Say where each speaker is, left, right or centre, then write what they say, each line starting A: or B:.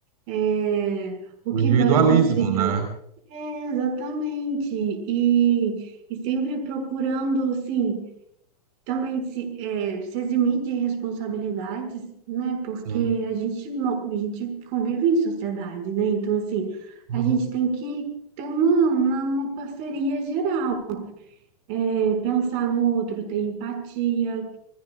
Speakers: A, on the right (about 50°); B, on the right (about 75°).
A: é, o
B: o
A: que
B: individualismo,
A: vai facilitar.
B: né?
A: É, exatamente. E, e sempre procurando, sim também se, é, se eximir de responsabilidades, né? Porque
B: Sim.
A: a gente, mo- a gente convive em sociedade, né? Então, assim,
B: Uhum.
A: a gente tem que ter uma, uma, uma parceria geral, é, pensar no outro, ter empatia.